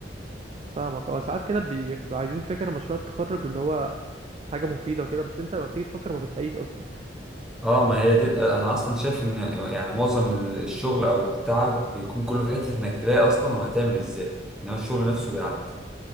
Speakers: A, on the right; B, in the centre.
A: فاهمك اه ساعات كده بي- بيبقى عايزين فكره مشروع التخرج اللي هو حاجه مفيده وكده بس انت لما بتيجي تفكر ما بتلاقيش اصلا
B: اه ما هي دي ال- انا اصلا شايف ان يعني معظم ال- الشغل او التعب بيكون كله في حتة انك تلاقي اصلا وهتعمل ازاي انما الشغل نفسه بيعدي